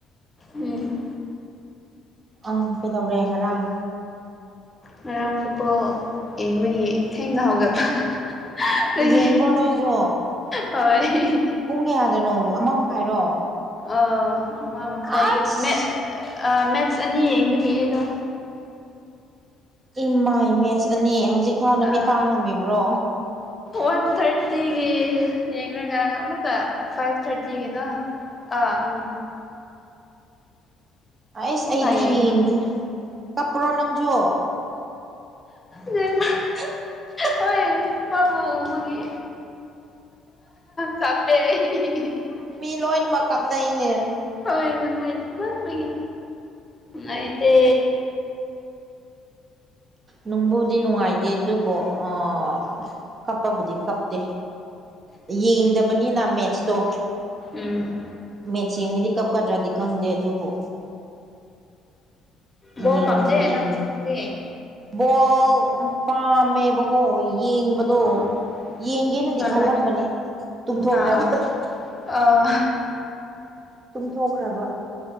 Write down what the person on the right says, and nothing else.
ꯑꯥ ꯀꯩꯗꯧꯔꯦ ꯉꯔꯥꯡ꯫
ꯌꯦꯡꯕ꯭ꯔꯣ ꯅꯣꯏꯁꯨ
ꯄꯨꯡ ꯀꯌꯥꯗꯅꯣ ꯑꯃ ꯃꯈꯥꯏꯔꯣ꯫
ꯑꯥꯏꯁ
ꯏꯃꯥꯏ ꯃꯦꯠꯆ ꯑꯅꯤ ꯍꯧꯖꯤꯛ ꯐꯥꯎ ꯅꯃꯤꯠ
ꯄꯥꯡ ꯉꯝꯃꯤꯕ꯭ꯔꯣ꯫
ꯑꯩꯁ
ꯑꯩꯗꯤ
ꯌꯦꯡꯗꯦ ꯀꯞꯄ꯭ꯔꯣ ꯅꯪꯖꯨ꯫
<unintelligible>
ꯃꯤ ꯂꯣꯏꯅꯃꯛ ꯀꯞꯅꯩꯅꯦ꯫
ꯅꯨꯡꯕꯨꯗꯤ ꯅꯨꯡꯉꯥꯏꯇꯦ ꯑꯗꯨꯕꯨ ꯑꯥ ꯀꯞꯄꯕꯨꯗꯤ ꯀꯞꯇꯦ ꯌꯦꯡꯗꯕꯅꯤꯅ ꯃꯦꯠꯁꯇꯣ꯫
ꯃꯦꯠꯁ ꯌꯦꯡꯉꯗꯤ ꯀꯞꯀꯗ꯭ꯔꯗꯤ ꯈꯪꯗꯦ ꯑꯗꯨꯕꯨ
ꯌꯦꯡ
ꯌꯦꯡꯗꯦ
ꯕꯣꯜ ꯄꯥꯝꯃꯦꯕ ꯀꯣ ꯌꯦꯡꯕꯗꯣ
ꯌꯦꯡꯒꯦꯅꯗꯤ
ꯈꯜꯂꯝꯕꯅꯦ
ꯇꯨꯝꯊꯣꯛꯈ꯭ꯔꯕ꯫
ꯇꯨꯝꯊꯣꯛꯈ꯭ꯔꯕ꯫